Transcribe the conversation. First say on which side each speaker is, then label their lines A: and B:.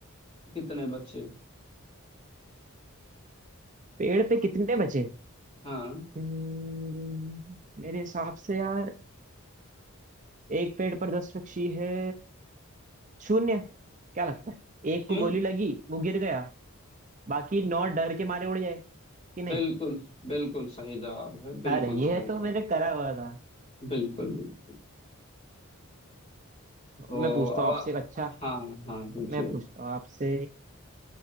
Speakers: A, on the left; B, on the right.
A: कितने बचे
B: पेड़ पे कितने बचे
A: हाँ
B: हम्म, मेरे हिसाब से यार एक पेड़ पर दस पक्षी है शून्य क्या लगता है एक
A: क्यों
B: को गोली लगी वो गिर गया बाकी नौ डर के मारे उड़ जाए कि नहीं
A: बिल्कुल बिल्कुल सही जवाब है बिल्कुल
B: अरे ये
A: सही
B: तो
A: जवाब
B: मैंने करा हुआ था
A: बिल्कुल बिल्कुल। तो
B: मैं पूछता
A: अब
B: हूँ
A: आ-
B: आपसे एक अच्छा
A: हाँ हाँ पूछिए
B: मैं पूछता हूँ आपसे